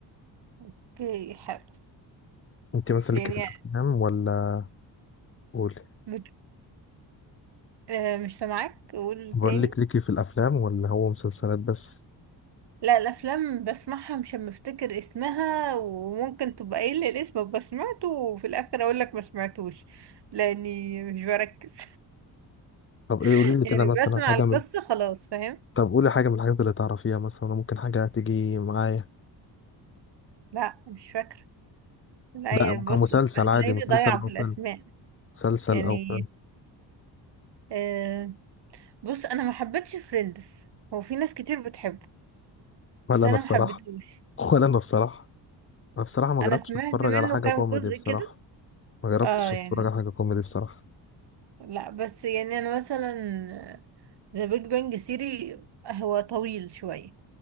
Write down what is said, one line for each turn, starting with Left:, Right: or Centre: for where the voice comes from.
Right: اوكي حلو
Left: انت مثلا
Right: بس يعني
Left: ليكي في الافلام ولا قولي
Right: بت... آه مش سامعاك قول
Left: بقول
Right: تاني
Left: لك ليكي في الافلام ولا هو مسلسلات بس
Right: لا الافلام بسمعها مش أما افتكر اسمها وممكن تبقى قايل لي الاسم ابقى سمعته وفي الاخر اقول لك ما سمعتوش لاني مش بركز
Left: طب ايه
Right: <laughs>
Left: قولي لي
Right: يعني
Left: كده مثلا
Right: بسمع
Left: حاجه
Right: القصة
Left: من
Right: خلاص فاهم
Left: طب قولي حاجه من الحاجات اللي تعرفيها مثلا ممكن حاجه تيجي معايا
Right: لا مش فاكرة لا
Left: لا
Right: يعني
Left: ممكن
Right: بص
Left: مسلسل
Right: هتلاقيني
Left: عادي مسلسل
Right: ضايعة
Left: او
Right: في
Left: فيلم
Right: الاسماء
Left: مسلسل
Right: يعني
Left: او فيلم
Right: آه بص انا ما حبيتش فريندز هو في ناس كتير بتحبه
Left: ولا
Right: بس انا
Left: انا بصراحه
Right: ما حبيتهوش
Left: <laughs> ولا انا بصراحه انا بصراحه ما
Right: انا
Left: جربتش
Right: سمعت
Left: اتفرج
Right: منه
Left: على حاجه
Right: كام
Left: كوميدي
Right: جزء
Left: بصراحه
Right: كده
Left: ما جربتش
Right: اه يعني
Left: اتفرج على حاجه كوميدي بصراحه
Right: لا بس يعني انا مثلا ذا بيج بانج ثيري هو طويل شوية